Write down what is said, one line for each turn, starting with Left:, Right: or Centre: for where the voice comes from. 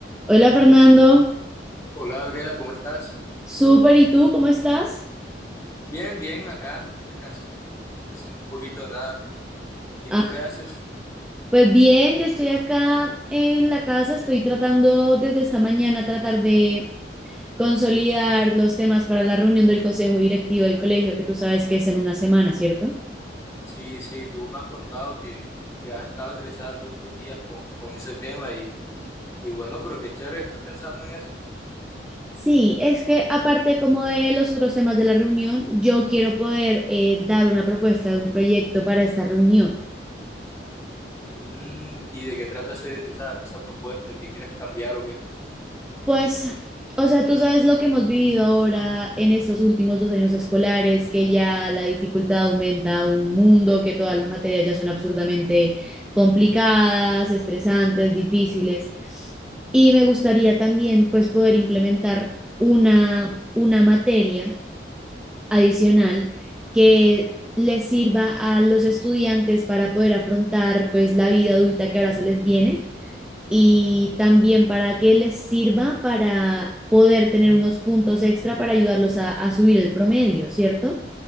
Centre: Hola Fernando,
Left: Hola Gabriela, ¿cómo estás?
Centre: súper, ¿y tú cómo estás?
Left: Bien, bien, acá descansando, haciendo un poquito de nada. ¿Y
Centre: Ah,
Left: tú qué haces?
Centre: pues bien, yo estoy acá en la casa, estoy tratando desde esta mañana tratar de consolidar los temas para la reunión del consejo directivo del colegio, que tú sabes que es en una semana, ¿cierto?
Left: Sí, sí, tú me has contado que, que has estado estresada todos estos días con, con ese tema y, y bueno, pero qué chévere estás pensando en eso.
Centre: Sí, es que aparte como de los otros temas de la reunión, yo quiero poder eh, dar una propuesta de un proyecto para esta reunión.
Left: Mm, ¿y de qué trata ese- esa, esa propuesta? ¿Qué quieres cambiar o qué?
Centre: Pues, o sea, tú sabes lo que hemos vivido ahora en estos últimos dos años escolares, que ya la dificultad aumenta un mundo, que todas las materias ya son absurdamente complicadas, estresantes, difíciles. Y me gustaría también, pues, poder implementar una, una materia adicional que les sirva a los estudiantes para poder afrontar, pues, la vida adulta que ahora se les viene y también para que les sirva para poder tener unos puntos extra para ayudarlos a, a subir el promedio, ¿cierto?